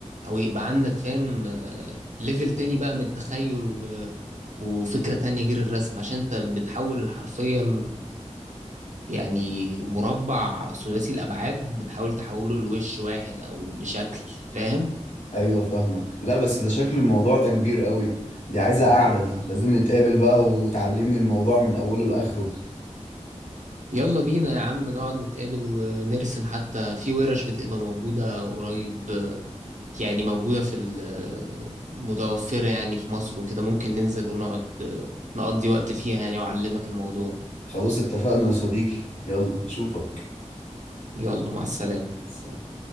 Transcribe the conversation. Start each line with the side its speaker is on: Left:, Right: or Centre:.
Right: او يبقى عندك فاهم آه، ليفل تاني بقى من التخيل و- وفكرة تانية غير الرسم عشان انت بتحول حرفيا يعني مربع ثلاثي الأبعاد بتحاول تحوله لوش واحد أو لشكل فاهم
Left: أيوه فاهمك لا بس ده شكل الموضوع ده كبير قوي دي عايزة قعدة دي لازم نتقابل بقى وتعلمني الموضوع من أوله لآخره
Right: يلا بينا يا عم نقعد نتقابل ونرسم حتى في ورش بتبقى موجودة قريب يعني موجودة في ال- متوفرة يعني في مصر وكده ممكن ننزل ونقعد نقضي وقت فيها يعني وأعلمك الموضوع
Left: خلاص اتفقنا يا صديقي يلا أشوفك
Right: يلا مع السلامة
Left: مع السلامة.